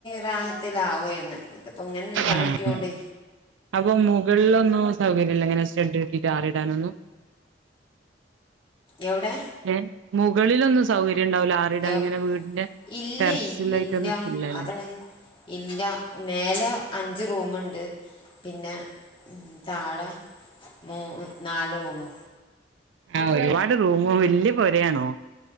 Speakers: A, on the left (about 25°); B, on the right (about 90°).
A: റാ ആവുവായിരുന്നു ഇതിപ്പോ ഇങ്ങനൊരു പണി
B: ആഹ്
A: കിണ്ടിയോണ്ടെ
B: അപ്പൊ മുകളിലൊന്നും സൗകര്യല്ല ഇങ്ങനെ സ്റ്റഡ് കേട്ടിട്ട് ടാറിടാനൊന്നും
A: എവിടെ
B: ഏഹ മുകളിലൊന്നും സൗകര്യം ഉണ്ടാവില്ല ആ ടങ്ങനെ
A: എവ്-
B: വീടിന്റെ
A: ഇല്ലേ
B: ടെറസിലായിട്ട
A: ഇല്ല
B: ന്നുല്ലല്ലേ
A: അതാണ് ഇല്ല മേലെ അഞ്ച് റൂമിണ്ട് പിന്നെ താഴെ മൂ നാല് റൂമ്
B: ആഹ് ഒരുപാട് റൂമ വല്യ പൊരയാണോ